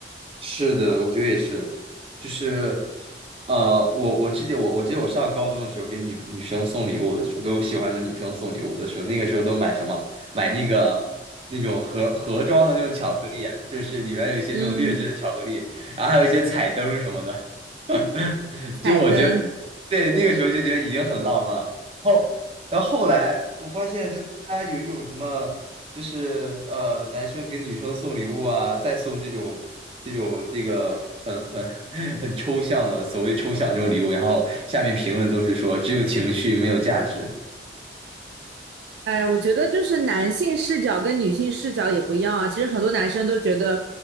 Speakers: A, on the right (about 30°); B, on the right (about 75°).
A: 是的，我觉得也是，就是，呃，我我记得我我记得我上高中的时候给女女生送礼物的时候，给我喜欢的女生送礼物的时候，那个时候都买什么？买那个那种盒盒装的那种巧克力，就是里面有一些那种劣质的巧克力，
B: 嗯，
A: 然后还有一些彩灯什么的。<laughs> 就我觉得，
B: 彩灯。
A: 对，那个时候就觉得已经很浪漫了。后，然后后来我发现，就大家有一种什么。就是呃，男生给女生送礼物啊，再送这种这种这个很很 <laughs> 很抽象的所谓抽象这种礼物，然后下面评论都是说只有情绪没有价值。
B: 哎，我觉得就是男性视角跟女性视角也不一样啊。其实很多男生都觉得